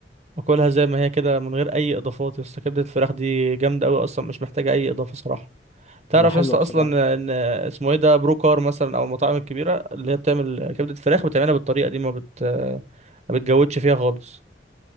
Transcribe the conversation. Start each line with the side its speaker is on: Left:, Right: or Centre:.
Right: واكلها زي ما هي كده من غير اي اضافات يا اسطى كبده الفراخ دي جامده قوي اصلا مش محتاجه اي اضافه صراحه تعرف
Left: يا حلوة
Right: يا اسطى اصلا
Left: بصراحة
Right: ان اسمه ايه ده بروكار مثلا او المطاعم الكبيره اللي هي بتعمل كبده فراخ بتعملها بالطريقه دي ما بت ما بتجودش فيها خالص